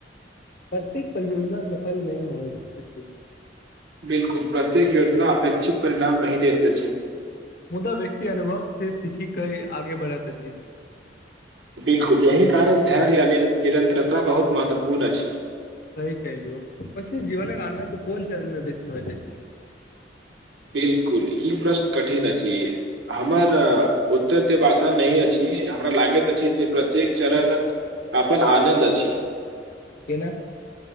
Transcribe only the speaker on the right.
बिलकुल प्रत्येक योजना अपेक्षित परिणाम नहिह देते जी।
बिलकुल यह कारण ध निरतरता बहुत महत्वपूर्ण अछि।
बिल्कुल ई प्रश्न कठिन अछि। हमर उत्तर देव आसान नहि अछि। हमरा लागैत अछि जे प्रत्येक चरणक अपन आनन्द अछि।